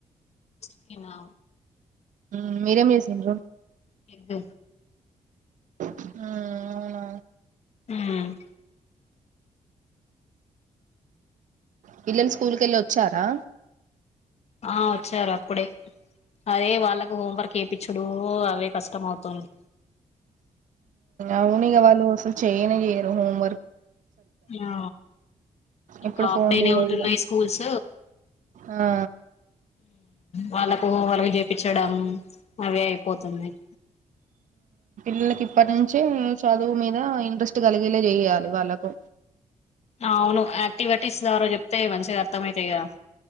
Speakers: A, on the left (about 55°); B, on the right (about 75°).
A: చికెనా
B: ఉమ్ మీరేం చేసిన్రు
A: ఎగ్
B: మ్ అవున
A: ఉ
B: పిల్లలు స్కూల్ కెళ్ళి వచ్చారా
A: ఆ వచ్చారు అప్పుడే అవే వాళ్ళకు హోంవర్క్ చేపిచ్చుడు అవే కష్టం అవుతుంది
B: అవును ఇగ వాళ్ళు అసలు చేయనే చేయరు హోమ్
A: ఆ ఇంకా
B: ఎప్పుడు
A: హాఫ్
B: ఫోన్లు
A: డే నే ఉంటున్నాయి
B: ఇవి.
A: స్కూల్స్
B: ఆ
A: వాళ్ళలకు హోంవర్క్ చేయిపించడం అవే అయిపోతునయ్
B: పిల్లకి ఇప్పటి నుంచే చదువు మీద ఇంట్రెస్ట్ కలిగేల చేయ్యాలి వాళ్ళకు
A: అవును యాక్టివెటీస్ ద్వారా చెప్తే మంచిగా అర్థ అవుతాయి కదా